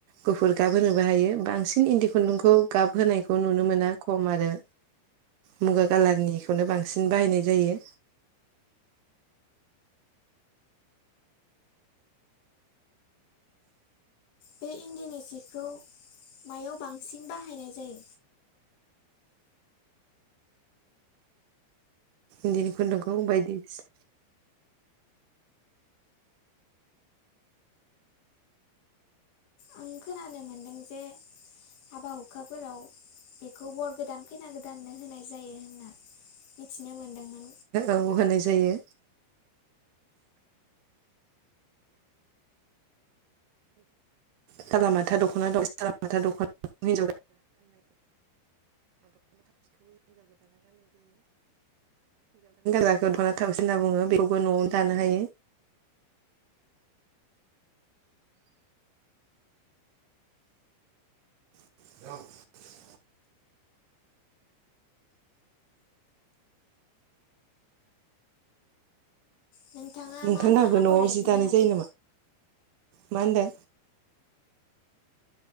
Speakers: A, on the right; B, on the left.
A: गुफुर गाब होनोबो हायो बांसिन इन्दि खुन्दुंखौ गाब होनायखौ नुनो मोना खम आरो मुगा कालारनिखौनो बांसिन बाहायनाय जायो
B: बे इन्दिनि जिखौ मायाव बांसिन बाहायनाय जायो?
A: इदिनि खुन्दुंगौ बायदि सि
B: आं खोनानो मोनदों जे हाबा हुखाफोराव बेखौ बर' गोदान खैना गोदाननो होनाय जायो होनना मिथिनो मोनदोंमोन
A: औ होनाय जायो सालामाथा दखना दं सालामाथा जायो दखना थावसि होनना बुङो बेखौबो न'आव दानो हायो <inaudible>
B: नोंथाङा
A: नोंथांहाबो
B: मा मा आगर
A: न'आव
B: एरनो
A: जि दानाय
B: हायो?
A: जायो नामा? मा होनदो?